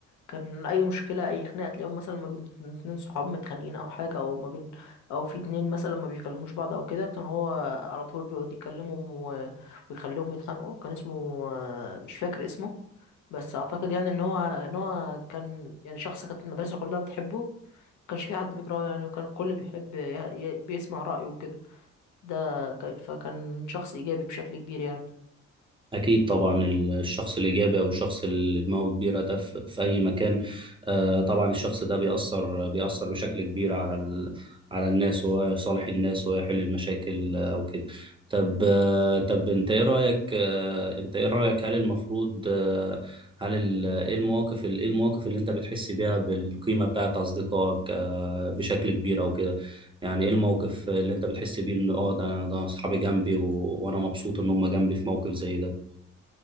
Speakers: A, on the left; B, on the right.
A: كان اي مشكله اي خناقه تلاقيهم مثلا ما بين اتنين اتنين صحاب متخانقين او حاجه او ما بين او في اتنين مثلا ما بيكلموش بعض او كده كان هو على طول بيقعد يكلمهم و- ويخليهم يتخانقوا كان اسمه مش فاكر اسمه بس اعتقد يعني ان هو ان هو كان يعني شخص كانت المدرسه كلها بتحبه ما كانش في حد بيكرهه يعني وكان الكل بيحب ي- ي- بيسمع رايه وكده ده ك- فكان شخص ايجابي بشكل كبير يعني
B: أكيد طبعا الشخص الإيجابي أو الشخص اللي دماغه كبيرة ده في في أي مكان آه، طبعا الشخص ده بيأثر بيأثر بشكل كبير على ال... على الناس وهو يصالح الناس ويحل المشاكل آه، أو كده طب آه، طب أنت إيه رأيك آه، أنت إيه رأيك هل المفروض آه، هل ال... إيه المواقف ال- إيه المواقف اللي أنت بتحس بيها بالقيمة بتاعت أصدقائك آه، بشكل كبير أو كده يعني ايه الموقف اللي انت بتحس بيه ان اه ده ده اصحابي جنبي و... وانا مبسوط ان هم جنبي في موقف زي ده